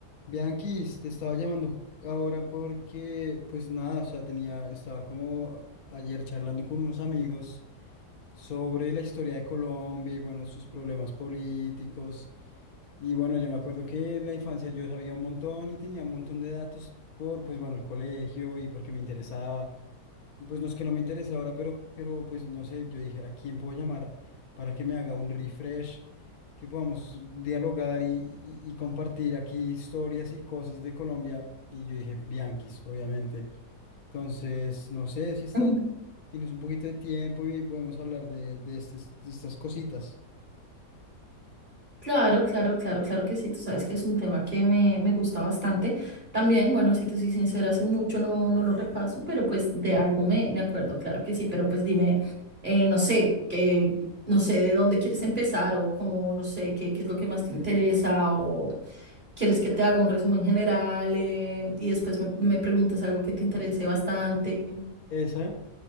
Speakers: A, on the left; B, on the right.
A: Bianquis, te estaba llamando ahora porque, pues nada, o sea, tenía, estaba como ayer charlando con unos amigos sobre la historia de Colombia y bueno, sus problemas políticos. Y bueno, yo me acuerdo que en la infancia yo sabía un montón y tenía un montón de datos por, pues bueno, el colegio y porque me interesaba. Y pues no es que no me interese ahora, pero, pero pues no sé, yo dije, ¿a quién puedo llamar para que me haga un refresh? que podamos dialogar y, y- y compartir aquí historias y cosas de Colombia. Y yo dije, Bianquis, obviamente. Entonces, no sé si estás,
B: Ujú.
A: tienes un poquito de tiempo y podemos hablar de, de estes- de estas cositas.
B: Claro, claro, claro, claro que sí, tú sabes que es un tema que me, me gusta bastante. También, bueno, si te soy sincera, hace mucho no, no lo repaso, pero pues de algo me, me acuerdo, claro que sí, pero pues dime, eh, no sé, que, no sé de dónde quieres empezar o cómo, no sé, qué, qué es lo que más te interesa o quieres que te haga un resumen general eh, y después me, me preguntas algo que te interese
A: Y
B: bastante.
A: esa,